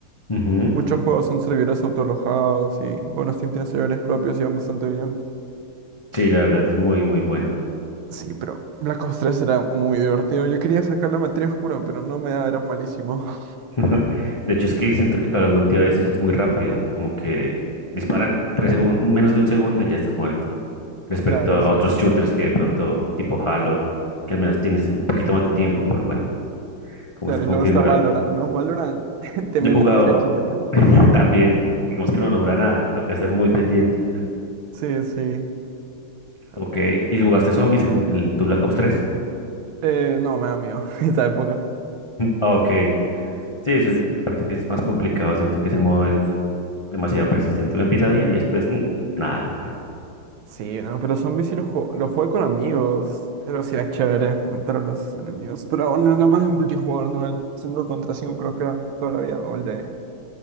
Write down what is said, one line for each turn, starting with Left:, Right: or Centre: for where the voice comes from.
Left: Ujú.
Right: Muchos juegos son servidores autoalojados y, bueno, Steam tiene servidores propios y van bastante bien.
Left: Sí, la verdad es muy, muy bueno.
Right: Sí, pero Black Ops tres era muy divertido. Yo quería sacar la materia oscura, pero no me da, era malísimo. <laughs>
Left: <laughs> De hecho es que siento que Call of Duty a veces es muy rápido, como que disparan tres segundos, menos de un segundo y ya estás muerto. respecto
Right: Claro,
Left: a
Right: sí.
Left: otros shooters que de pronto, tipo Halo, que al menos tienes un poquito más de tiempo por, bueno, cómo
Right: Claro,
Left: está configurado.
Right: y luego está Valorant, ¿no? Valorant <laughs> te
Left: Yo
Right: meten
Left: he jugado
Right: un headshot acá.
Left: <laughs> también, digamos que uno no dura nada, toca estar muy pendiente.
Right: Sí, sí. Aló.
Left: Ok, ¿y jugaste zombies en, en el, tu Black Ops tres
Right: Eh, no, me da miedo <laughs> esa época.
Left: Ok, sí, eso
Right: Sí,
Left: es, aparte que es más complicado, siento que ese modo es demasiado persistente. Uno empieza bien y después mm, nada.
Right: sí, no, pero zombies sí los juego, los jugué con amigos. Pero sí era chévere matar a los enemigos. Pero aún no era más de multijugador, ¿no? El 5 contra 5 creo que era toda la vida. O el de